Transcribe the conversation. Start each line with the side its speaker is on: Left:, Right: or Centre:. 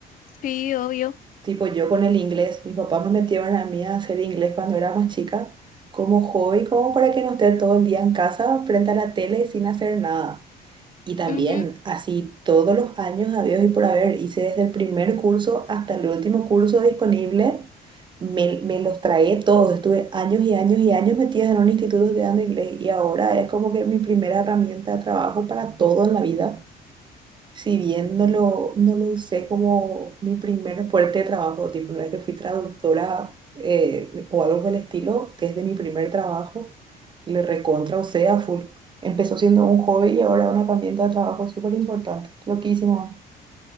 Left: Sí, obvio.
Right: Tipo, yo con el inglés, mis papás me metieron a mí a hacer inglés cuando era más chica, como hobby, como para que no esté todo el día en casa frente a la tele sin hacer nada. Y también,
Left: Ujú.
Right: así todos los años habidos y por haber, hice desde el primer curso hasta el último curso disponible, me, me los tragué todos. Estuve años y años y años metida en un instituto estudiando inglés y ahora es como que mi primera herramienta de trabajo para todo en la vida. Si bien no lo, no lo usé como mi primer fuerte de trabajo, tipo, no es que fui traductora eh, o algo por el estilo, desde mi primer trabajo, le recontra usé a full. Empezó siendo un hobby y ahora una herramienta de trabajo súper importante. Loquísimo.